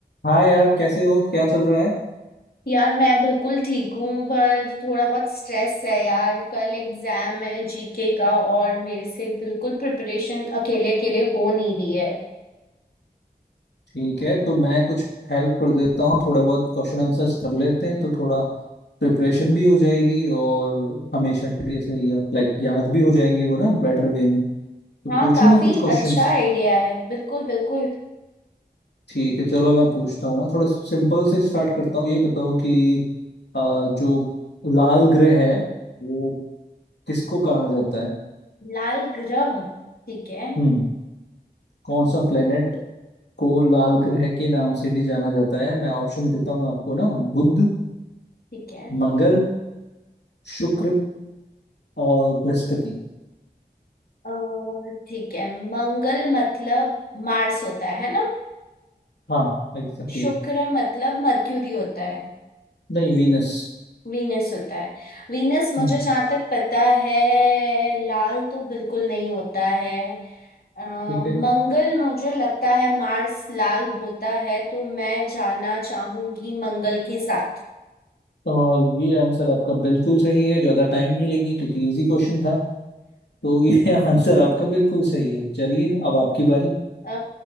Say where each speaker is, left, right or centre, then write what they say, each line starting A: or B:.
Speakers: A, on the left; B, on the left.
A: हाय यार कैसे हो क्या चल रहा है
B: यार मैं बिल्कुल ठीक हूँ पर थोड़ा बहुत स्ट्रेस है यार कल एग्जाम है जीके का और मेरे से बिल्कुल प्रिपरेशन अकेले अकेले हो नहीं रही है
A: ठीक है तो मैं कुछ हेल्प कर देता हूँ थोड़े बहुत क्वेश्चन आंसर्स कर लेते हैं तो थोड़ा प्रिपरेशन भी हो जाएगी और हमेशा के लिए सही या लाइक याद भी हो जाएंगे वो ना बेटर वे में तो
B: हाँ
A: पूछूं
B: काफी
A: मैं कुछ क्वेश्चंस
B: अच्छा आइडिया है बिल्कुल बिल्कुल
A: ठीक है चलो मैं पूछता हूँ ना थोड़ा सिंपल से स्टार्ट करता हूँ ये बताओ कि आ, जो लाल ग्रह है वो किसको कहा जाता है
B: लाल ग्रह ठीक है
A: हम्म कौन सा प्लेनेट को लाल ग्रह के नाम से भी जाना जाता है मैं ऑप्शन देता हूँ आपको ना बुध
B: ठीक है
A: मंगल शुक्र और बृहस्पति
B: और ठीक है मंगल मतलब मार्स होता है है ना
A: हाँ एग्जैक्टली
B: शुक्र
A: exactly.
B: मतलब मर्क्यूरी होता है
A: नहीं वीनस
B: वीनस होता है वीनस मुझे
A: हम्म
B: जहाँ तक पता है लाल तो बिल्कुल नहीं होता है अ, मंगल
A: ठीक है
B: मुझे लगता है मार्स लाल होता है तो मैं जाना चाहूंगी मंगल के साथ
A: और ये आंसर आपका बिल्कुल सही है ज्यादा टाइम नहीं लेंगे क्योंकि इजी क्वेश्चन था तो ये <laughs> आंसर आपका बिल्कुल सही है चलिए अब आपकी बारी
B: अ,